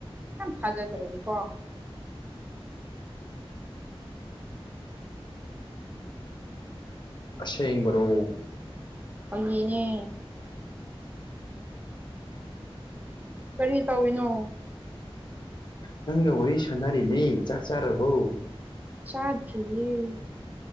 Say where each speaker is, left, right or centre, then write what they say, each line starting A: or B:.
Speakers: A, on the right; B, on the left.
A: ꯌꯥꯝ ꯊꯥꯖꯗ꯭ꯔꯗꯤꯀꯣ <unintelligible>
B: ꯑꯁꯦꯡꯕꯔꯣ
A: ꯑꯩꯒꯤꯅꯦ ꯀꯔꯤ ꯇꯧꯏꯅꯣ
B: ꯅꯪꯒ ꯋꯥꯔꯤ ꯁꯥꯟꯅꯔꯤꯅꯦ ꯆꯥꯛ ꯆꯥꯔꯕꯧ
A: ꯆꯥꯗ꯭ꯌꯦꯦ